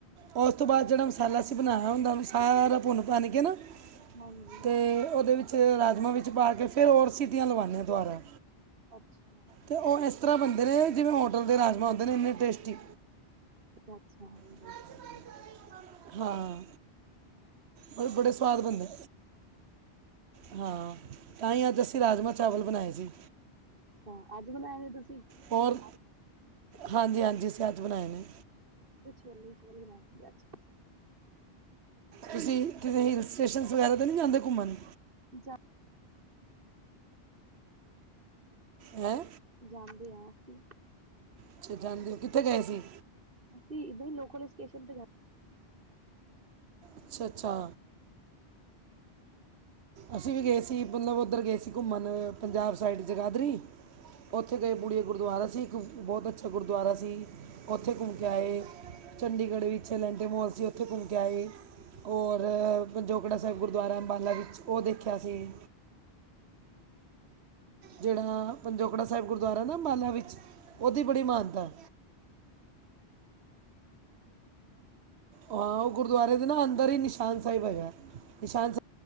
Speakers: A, on the right; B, on the right.
A: ਉਸ ਤੋਂ ਬਾਅਦ, ਜਿਹੜਾ ਮਸਾਲਾ ਅਸੀਂ ਬਣਾਇਆ ਹੁੰਦਾ, ਉਨੂੰ ਸਾਰਾ ਭੁੰਨ- ਭੰਨ ਕੇ ਨਾ
B: ਹਾਂਜੀ
A: ਤੇ ਉਹਦੇ ਵਿੱਚ, ਰਾਜਮਾਂ ਵਿੱਚ ਪਾ ਕੇ ਫਿਰ ਹੋਰ, ਸਿਟੀਆਂ ਲਵਾਨੇ ਆ ਦੁਬਾਰਾ
B: ਅੱਛਾ।
A: ਤੇ ਉਹ ਇਸ ਤਰ੍ਹਾਂ ਬਣਦੇ ਨੇ, ਜਿਵੇਂ ਹੋਟਲ ਦੇ ਰਾਜਮਾ ਹੁੰਂਦੇ ਨੇ, ਇੰਨੇ ਟੇਸਟੀ
B: ਅੱਛਾ। ਹਾਂ
A: ਅ <unintelligible> <inaudible> ਹਾਂ।
B: ਹਾਂ।
A: ਉਹ ਵੀ ਬੜੇ ਸਵਾਦ, ਬਣਦੇ ਆ ਹਾ। ਤਾਂ ਹੀ ਅੱਜ ਅਸੀਂ, ਰਾਜਮਾਹ ਚਾਵਲ ਬਣਾਏ ਸੀ।
B: ਅੱਛਾ, ਅੱਜ ਬਣਾਏ ਨੇ ਤੁਸੀਂ
A: ਹੋਰ,
B: ਅੱਛਾ
A: ਹਾਂਜੀ-ਹਾਂਜੀ ਅਸੀ ਅੱਜ ਬਣਾਏ ਨੇ
B: ਛੋਲੇ ਚੋਲ ਬਣਾਏ ਸੀ। ਅੱਜ
A: ਤੁਸੀਂ ਕਿਤੇ ਹਿਲ ਸਟੇਸ਼ਨ ਵਗੈਰਾ, ਤਾ ਨੀ ਜਾਂਦੇ ਘੁੰਮਣ
B: ਜਾ
A: ਹੈਂ,
B: ਜਾਂਦੇ ਆ ਅਸੀ
A: ਅੱਛਾ ਜਾਂਦੇ, ਕਿੱਥੇ ਗਏ ਸੀ?
B: ਅਸੀਂ ਏਦਾਂ ਹੀ, ਲੋਕਲ ਸਟੇਸ਼ਨ ਤੇ ਗ
A: ਅੱਛਾ-ਅੱਛਾ ਅਸੀਂ ਵੀ ਗਏ ਸੀ। ਮਤਲਬ ਉੱਧਰ ਗਏ ਸੀ। ਘੁੰਮਣ, ਪੰਜਾਬ ਸਾਈਡ ਜਗਾਧਰੀ ਉੱਥੇ ਗਏ ਬੂੜੀਆ ਗੁਰਦੁਆਰਾ ਸੀ। ਇੱਕ ਬਹੁਤ ਅੱਛਾ ਗੁਰਦੁਆਰਾ ਸੀ। ਉੱਥੇ ਘੁੰਮ ਕੇ ਆਏ ਚੰਡੀਗੜ੍ਹ ਵਿੱਚ ਅੱਲੈਂਟੇਮੋਲ ਸੀ। ਉੱਥੇ ਘੁੰਮ ਕੇ ਆਏ ਔਰ ਪੰਜੋਗੜਾ ਸਾਹਿਬ ਗੁਰਦੁਆਰਾ, ਅੰਬਾਲਾ ਵਿੱਚ ਉਹ ਦੇਖਿਆ ਸੀ ਜਿਹੜਾ ਪੰਜੋਕੜਾ ਸਾਹਿਬ, ਗੁਰਦੁਆਰਾ ਨਾ ਅੰਬਾਲਾ ਵਿੱਚ ਉਹਦੀ, ਬੜੀ ਮਾਨਤਾ ਹਾਂ ਉਹ, ਗੁਰਦੁਆਰੇ ਦੇ ਨਾ ਅੰਦਰ ਹੀ, ਨਿਸ਼ਾਨ ਸਾਹਿਬ ਹੈਗਾ। ਨਿਸ਼ਾਨ ਸਾਹਿਬ